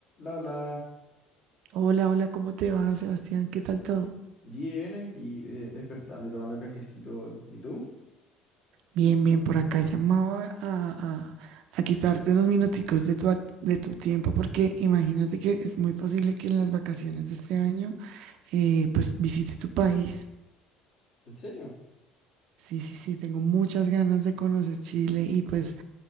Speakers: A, on the left; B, on the right.
A: La la,
B: Hola, hola, ¿cómo te va, Sebastián? ¿Qué tal todo?
A: bien aquí, de- despertando y tomando cafecito. ¿Y tú?
B: Bien, bien, por acá llamaba a, a- a quitarte unos minuticos de tu, at- de tu tiempo porque imagínate que es muy posible que en las vacaciones de este año eh, pues visite tu país.
A: ¿En serio?
B: Sí, sí, sí, tengo muchas ganas de conocer Chile y pues